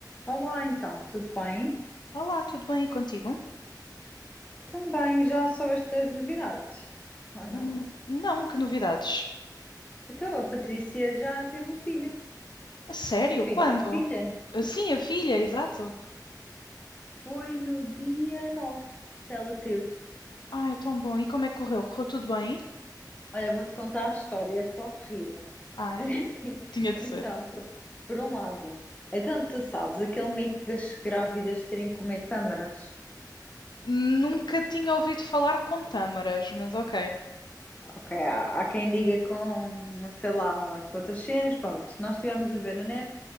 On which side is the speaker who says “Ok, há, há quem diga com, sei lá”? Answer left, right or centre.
Left